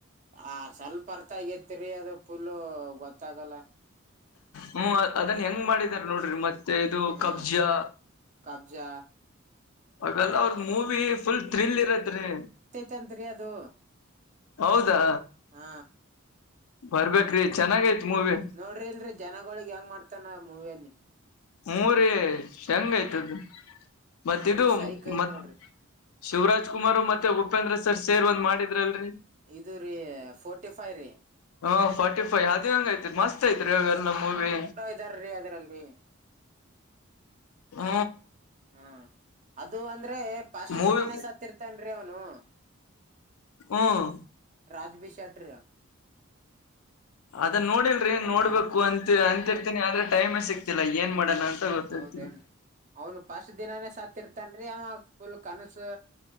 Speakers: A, on the right (about 35°); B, on the left (about 85°).
A: ಆ ಸ್ವಲ್ಪ ಬರ್ತ ಆಗತ್ರಿ ಅದು ಫುಲ್ ಗೊತ್ತಾಗಲ್ಲ
B: ಹ್ಮ್ ಅದನ್ ಹೆಂಗ್ ಮಾಡಿದಾರ ನೋಡ್ರಿ ಮತ್ತೆ ಇದು
A: ಹಾ
B: ಕಬ್ಜಾ
A: ಕಬ್ಜಾ
B: ಹಾಗಲ್ಲ ಅವ್ರ ಮೂವಿ ಫುಲ್ ಥ್ರಿಲ್ ಇರತ್ರಿ
A: ಚಂತರಿ ಅದು
B: ಹೌದಾ
A: ಹಾ
B: ಬರ್ಬೇಕ್ರಿ ಚೆನ್ನಾಗೈತ್ ಮೂವಿ
A: ನೋಡ್ರಿ ಇಲ್ರಿ ಜನಗಳಗ್ ಹೆಂಗ ಮಾಡ್ತಾನ ಮೂವಿಯಲ್ಲಿ
B: ಮೂರ ಹೆಂಗ
A: ಹಾ
B: ಆಯ್ತದ ಮತ್ತ
A: ಫುಲ್
B: ಇದು
A: ಸೈಕ್ ಐತ್
B: ಮತ್ತು
A: ನೋಡ್ರಿ
B: ಶಿವರಾಜ್ ಕುಮಾರ್ ಮತ್ತೆ ಉಪೇಂದ್ರ ಸರ್ ಸೇರ್ ಒಂದ್ ಮಾಡಿದ್ರಲ್ರರಿ
A: ಇದು ರೀ ಫೋರ್ಟಿ ಫೈವ್ ರೀ
B: ಹ ಫಾರಟಿ ಫೈ್ ಅದು ಹೆಂಗ ಐತ್ರಿ ಮಸ್ತ್ ಐತ್ರಿ ಅವ ಎಲ್ಲ ಮೂವಿ
A: ಇದಾರೀ ಅದರಲ್ಲಿ
B: ಹ್ಮ
A: ಹಾ ಅದು ಅಂದ್ರೆ ಪಾಸ್ಟ್
B: ಮೂವಿ
A: ದಿನಾನೇ ಸತ್ತ ಇರ್ತನ್ರಿ ಅವನು
B: ಹ್ಮ್
A: ರಾಜ್ಭೀಷಟ್್ರ
B: ಅದ ನೋಡಿಲ್ರಿ ನೋಡ್ಬೇಕು
A: ಹಾ
B: ಅಂತ ಅಂತ ಇರ್ತೀನಿ ಆದ್ರೆ ಟೈಮ್ ಸಿಕ್ತಿಲ್ಲ ಏನ್ ಮಾಡೋಣ ಗೊತ್ತಾಗ್ತಿಲ್ಲ
A: ಹೌದೇನ್ ಅವನು ಪಸ್ಟ್ ದಿನಾನೇ ಸತ್ತಿರ್ತನ್ರಿ ಅವಾಗ ಫುಲ್ ಕನಸು